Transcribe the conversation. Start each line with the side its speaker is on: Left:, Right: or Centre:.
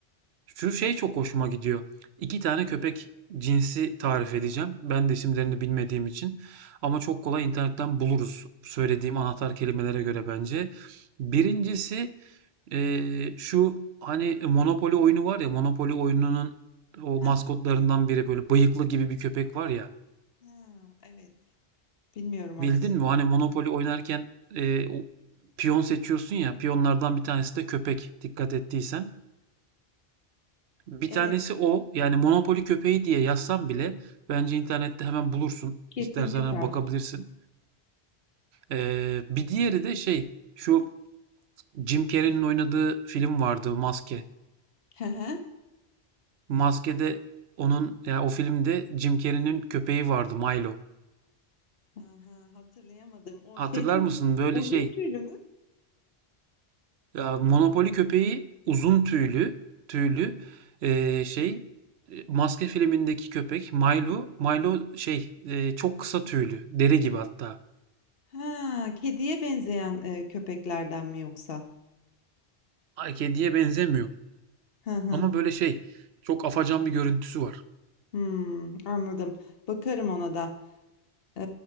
Right: şu şey çok hoşuma gidiyor. İki tane köpek cinsi tarif edeceğim. Ben de isimlerini bilmediğim için. Ama çok kolay internetten buluruz söylediğim anahtar kelimelere göre bence. Birincisi Ee, şu hani e, Monopoly oyunu var ya Monopoly oyununun o
Left: Hı
Right: maskotlarından biri böyle bıyıklı gibi bir köpek var ya
Left: hı, evet. Bilmiyorum
Right: bildin
Left: ama cinsini.
Right: mi? Hani Monopoly oynarken e, o piyon seçiyorsun ya piyonlardan bir tanesi de köpek dikkat ettiysen. Bir
Left: Evet,
Right: tanesi o yani Monopoly köpeği diye yazsan bile bence internette hemen bulursun.
Left: kesin
Right: İstersen
Left: çıkar.
Right: hani bakabilirsin. Ee, bir diğeri de şey şu Jim Carrey'nin oynadığı film vardı Maske.
Left: Hı hı.
Right: Maskede onun ya o filmde Jim Carrey'nin köpeği vardı Milo.
Left: Aha, hatırlayamadım. O
Right: Hatırlar
Left: şey çok
Right: mısın böyle
Left: uzun
Right: şey
Left: tüylü mü?
Right: ya Monopoly köpeği uzun tüylü tüylü eee, şey e, Maske filmindeki köpek Milo Milo şey e, çok kısa tüylü deri gibi hatta.
Left: Ha, kediye benzeyen e, köpeklerden mi yoksa?
Right: Ay, Kediye benzemiyor
Left: Hı hı.
Right: ama böyle şey çok afacan bir görüntüsü var.
Left: Hmm, anladım. Bakarım ona da. Ee,